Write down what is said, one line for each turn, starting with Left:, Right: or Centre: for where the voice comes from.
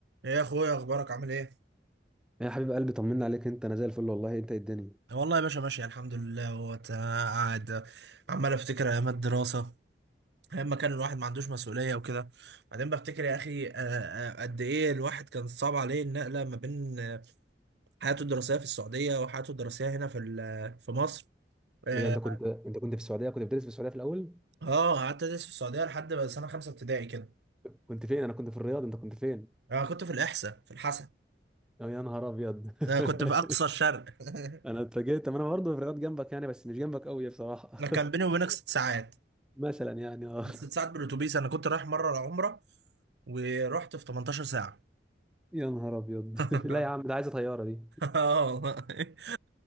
Right: ايه يا اخويا اخبارك عامل ايه
Centre: يا حبيب قلبي طمنا عليك انت انا زي الفل والله انت ايه الدنيا
Right: والله يا باشا ماشي الحمد لله هو تا- قاعد عمال افتكر ايام الدراسه ايام ما كان الواحد ما عندوش مسؤوليه وكده بعدين بفتكر يا اخي آه، آه، قد ايه الواحد كان صعب عليه النقله ما بين آه، حياته الدراسيه في السعوديه وحياته الدراسيه هنا في ال- في مصر اه
Centre: ايه ده انت كنت انت كنت في السعوديه كنت بتدرس في السعوديه في الاول
Right: آه، قعدت ادرس في السعوديه لحد بقى سنه خمسه ابتدائي كده
Centre: كنت فين انا كنت في الرياض انت كنت فين
Right: انا كنت في الاحساء في الحسن
Centre: أو يا نهار ابيض <laughs>
Right: انا كنت في اقصى الشرق <laughs>
Centre: انا اتفاجئت طب انا برضه في الرياض جنبك يعني بس مش جنبك قوي بصراحه
Right: انا كان بيني وبينك ست ساعات
Centre: <laughs> مثلا يعني اه
Right: ست ساعات بالاتوبيس انا كنت رايح مره عمره ورحت في 18 ساعه
Centre: <laughs> يا نهار ابيض
Right: <laughs>
Centre: <laughs> لا يا عم ده عايزه طياره دي
Right: اه والله